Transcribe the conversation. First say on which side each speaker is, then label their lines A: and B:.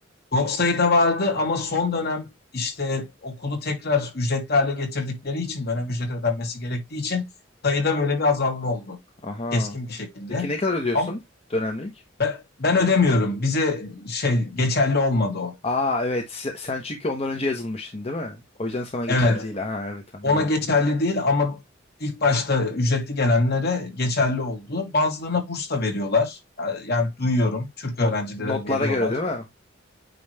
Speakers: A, on the left; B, on the left.
A: Çok sayıda vardı ama son dönem işte okulu tekrar ücretli hale getirdikleri için dönem ücreti ödenmesi gerektiği için sayıda böyle bir azalma oldu.
B: Aha.
A: Keskin bir şekilde.
B: Peki ne kadar ödüyorsun
A: Ama
B: dönemlik?
A: ben, ben ödemiyorum. Bize şey geçerli olmadı o.
B: Aa evet se- sen çünkü ondan önce yazılmıştın değil mi? O yüzden sana geçerli
A: Evet.
B: değil. Aha evet anladım.
A: ona geçerli değil ama ilk başta ücretli gelenlere geçerli oldu. Bazılarına burs da veriyorlar. Yani- Yani duyuyorum Türk
B: Not,
A: öğrencilere
B: notlara
A: veriyorlar.
B: göre değil mi?